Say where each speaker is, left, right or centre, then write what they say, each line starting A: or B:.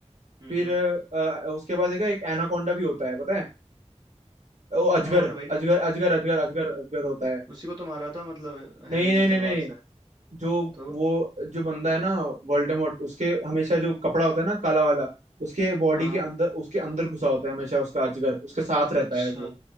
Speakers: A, on the right (about 35°); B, on the right (about 80°).
A: हम्म
B: फिर
A: हम्म
B: अ, अ, उसके बाद देखा एक एनाकोंडा भी होता है पता है वो अजगर
A: एनाकोंडा वही
B: अजगर
A: ना जिस-
B: अजगर अजगर अजगर अजगर होता है
A: उसी को तो मारा था मतलब
B: नहीं
A: हैरी
B: नहीं
A: ने
B: नहीं
A: तलवार
B: नहीं
A: से
B: जो
A: तो
B: वो जो बंदा है ना वोल्डेमॉर्ट उसके हमेशा जो कपड़ा होता है ना काला वाला उसके बॉडी
A: हाँ हाँ।
B: के अंदर उसके अंदर घुसा होता है हमेशा उसका अजगर उसके साथ रहता
A: अच्छा
B: है वो